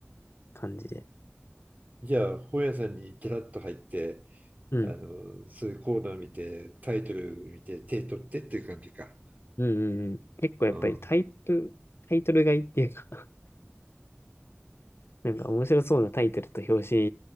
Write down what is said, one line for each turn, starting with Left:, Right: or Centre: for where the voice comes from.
Left: 感じで。
Right: じゃあ、本屋さんにキラッと入って、
Left: うん。
Right: あの、そういうコーナー見て、タイトル見て、手取ってっていう感じか。
Left: うんうんうん。結構やっぱりタイトル、
Right: うん、
Left: タイトルがいいっていうか <laughs> なんか面白そうなタイトルと表